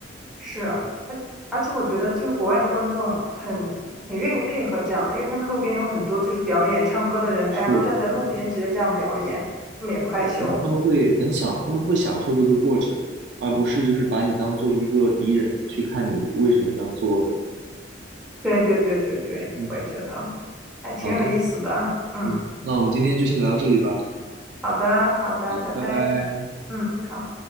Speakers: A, in the centre; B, on the right.
A: 是，而而且我觉得就是国外的观众很很愿意配合这样的，因为他们路边有很多就是表演唱歌的人，大家都站在路边直接这样表演，
B: 是是的，
A: 他们也不害羞。
B: 是的他们他们会很享，他们会享受这个过程，而不是就是把你当做一个敌人去看你为什么这样做的。
A: 对对对对对，
B: 嗯，
A: 我也觉得还挺有意思的。
B: 好的，
A: 嗯，
B: 嗯，那我们今天就先聊到这里吧。
A: 好的好的，
B: 好的，
A: 拜拜。
B: 拜拜。
A: 嗯，好。